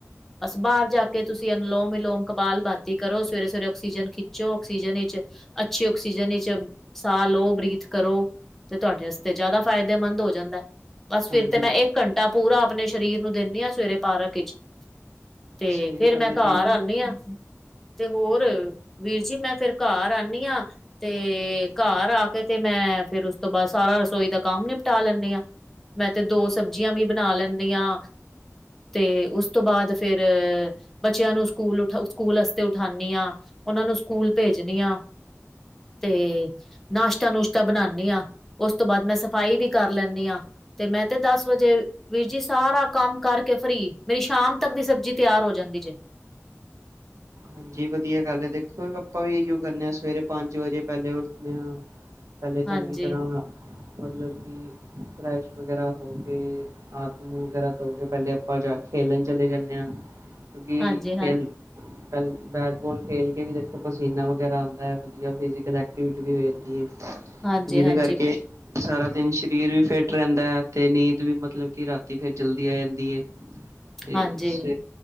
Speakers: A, in the centre; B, on the right.
A: ਬਸ ਬਾਹਰ ਜਾ ਕੇ ਤੁਸੀਂ ਅਲੋਮਵਿਲੋਮ, ਕਬਾਲ ਭਾਤੀ ਕਰੋ ਸਵੇਰੇ ਸਵੇਰੇ ਆਕਸੀਜਨ ਖਿੱਚੋ ਆਕਸੀਜਨ ਚ ਅੱਛੀ ਆਕਸੀਜਨ ਚ ਸਾਹ ਲਓ ਬਰੀਥ ਕਰੋ ਤੇ ਤੁਹਾਡੇ ਵਾਸਤੇ ਜ਼ਿਆਦਾ ਫਾਇਦੇਮੰਦ ਹੋ ਜਾਂਦਾ ਬਸ ਫਿਰ
B: ਹਾਂਜੀ
A: ਤੇ ਮੈਂ ਇੱਕ ਘੰਟਾ ਪੂਰਾ ਆਪਣੇ ਸਰੀਰ ਨੂੰ ਦਿੰਦੀ ਹਾਂ ਸਵੇਰੇ ਪਾਰਕ ਚ ਤੇ
B: ਸਹੀ
A: ਫੇਿਰ
B: ਗੱਲ
A: ਮੈਂ
B: ਏ
A: ਘਰ
B: ਤੇ
A: ਆਉਨੀ ਆ ਤੇ ਹੋਰ ਵੀਰ ਜੀ ਮੈਂ ਫੇਰ ਘਰ ਆਉਨੀ ਆਂ ਤੇ ਘਰ ਆ ਕੇ ਤੇ ਮੈਂ ਫਿਰ ਉਸ ਤੋਂ ਬਾਦ ਸਾਰਾ ਰਸੋਈ ਦਾ ਕੰਮ ਨਿਪਟਾ ਲੈਂਦੀ ਆਂ ਮੈਂ ਤੇ ਦੋ ਸਬਜ਼ੀਆਂ ਵੀ ਬਣਾ ਲੈਂਦੀ ਆਂ ਤੇ ਉਸ ਤੋਂ ਬਾਦ ਫੇਰ ਬੱਚਿਆਂ ਨੂੰ ਸਕੂਲ ਉਠਾ ਸਕੂਲ ਵਸਤੇ ਉਠਾਉਂਣੀ ਹਾਂ ਉਹਨਾਂ ਨੂੰ ਸਕੂਲ ਭੇਜਨੀ ਆਂ ਤੇ ਨਾਸ਼ਤਾ ਨੁਸ਼ਤਾ ਬਨਾਨੀ ਆਂ ਉਸ ਤੋਂ ਬਾਦ ਮੈਂ ਸਫ਼ਾਈ ਵੀ ਕਰ ਲੈਂਨੀ ਆਂ ਤੇ ਮੈਂ ਤੇ ਦਸ ਵਜੇ ਵੀਰ ਜੀ ਸਾਰਾ ਕੰਮ ਕਰਕੇ ਫ੍ਰੀ ਮੇਰੀ ਸ਼ਾਮ ਤੱਕ ਦੀ ਸਬਜ਼ੀ ਤਿਆਰ ਹੋ ਜਾਂਦੀ ਜੇ
B: ਹਾਂਜੀ ਵਧੀਆ ਗੱਲ ਹੈ। ਦੇਖੋ ਆਪਾਂ ਵੀ ਇਹੀਓ ਕਰਨੇ ਆਂ ਸਵੇਰੇ ਪੰਜ ਵਜੇ ਪਹਿਲੇ ਉੱਠਦੇ ਆਂ ਪਹਿਲੇ
A: ਹਾਂਜੀ
B: ਚੰਗੀ ਤਰ੍ਹਾਂ ਮਤਲਬ ਕਿ ਫਰੈਸ਼ ਵਗੈਰਾ ਹੋ ਕੇ ਹੱਥ, ਮੂੰਹ ਵਗੈਰਾ ਧੋ ਕੇ ਪਹਿਲੇ ਆਪਾਂ ਜਾ ਖੇਲਣ ਚਲੇ ਜਾਣੇ ਆਂ ਕਿਉਂਕਿ
A: ਹਾਂਜੀ ਹਾਂ
B: ਖੇਲ ਪਹਿਲ ਬੈਟਬੋਲ ਖੇਡ ਕੇ ਵੀ ਦੇਖੋ ਪਸੀਨਾ ਵਗੈਰਾ ਆਉਂਦਾ ਏ। ਵਧੀਆ ਫਿਜੀੀਕਲ ਐਕਟੀਵਿਟੀ ਵੀ ਹੋ ਜਾਂਦੀ ਏ
A: ਹਾਂਜੀ
B: ਜਿਹਦੇ
A: ਹਾਂਜੀ
B: ਕਰਕੇ ਸਾਰਾ ਦਿਨ ਸਰੀਰ ਵੀ ਫਿੱਟ ਰਹਿੰਦਾ ਏ ਤੇ ਨੀਂਦ ਵੀ ਮਤਲਬ ਕਿ ਰਾਤੀ ਫੇਰ ਜਲਦੀ ਆ ਜਾਂਦੀ ਏ
A: <inaudible>
B: ਤੇ
A: ਹਾਂਜੀ
B: ਸ਼